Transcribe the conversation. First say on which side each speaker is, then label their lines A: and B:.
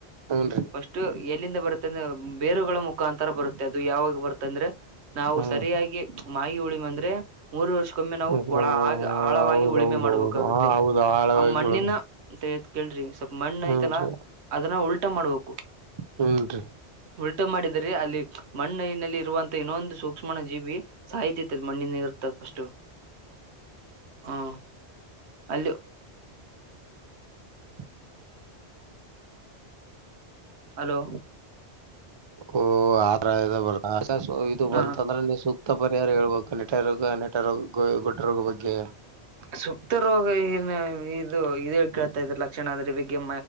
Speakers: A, on the right; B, on the right.
A: ಹ್ಮ್ ರೀ...
B: ಫಸ್ಟ್ ಎಲ್ಲಿಂದ ಬರುತ್ತೆ ಅಂದ್ರ ಬೇರುಗಳ ಮುಖಾಂತರ ಬರುತ್ತೆ ಅದು ಯಾವಾಗ. ಬರ್ತಂದ್ರೆ ನಾವು
A: ಹ್ಮ್
B: ಸರಿಯಾಗಿ ಮಾಹಿ ಉಳಿಮ ಅಂದ್ರೆ. ಮೂರು ವರ್ಷಕ್ಕೊಮ್ಮೆ ನಾವು
A: ಹೌದೌದೌದು
B: ಕೊಳ ಆಗ ಆಳವಾಗಿ ಉಳುಮೆ ಮಾಡ್ಬೇಕಾಗುತ್ತೆ
A: ಹಾ ಹೌದು ಆಳವಾಗಿ
B: ಆ ಮಣ್ಣಿನ.
A: ಉಳುಮೆ
B: ಅಂತದ್ ಕೇಳ್ರಿ ಸ್ವಲ್ಪ ಮಣ್ಣಐತಲ್ಲಾ
A: ಹುನ್ರಿ
B: ಅದನ್ನ ಉಲ್ಟಾ ಮಾಡ್ಬೇಕು.
A: ಹುನ್ರಿ.
B: ಉಲ್ಟ ಮಾಡಿದರೆ ಅಲ್ಲಿ ಮಣ್ಣನಲ್ಲಿ ಇರುವಂತಹ ಇನ್ನೊಂದು ಸೂಕ್ಷ್ಮ ಜೀವಿ ಸಾಹಿತಿ. ಮಣ್ಣಿನ ಇರುತ್ತದೆ ಪಷ್ಟು. ಹಾ ಅಲ್ಲಿ........
A: <unintelligible>
B: ಹಲೋ........
A: ಓ ಆದ್ರ ಬರ್ ಇದು ಬಂತಂದ್ರೆ
B: ಹ
A: ಸುಕ್. ತ್ತಪರಿ ಯಾರು ಹೇಳ್ಬೇಕು ನೆಟ ರೋಗ ನೆಟ ರೋಗ ಗೊಡ್ಡ ರೋಗ ಬಗ್ಗೆ.
B: ಸುಪ್ತ ರೋಗ ಏ ಇದು ಇದ ಹಳ್ ಕೇಳ್ತಾ ಇದ್ರೆ ಲಕ್ಷಣ ಅಂದ್ರೆ ಬಗ್ಗೆ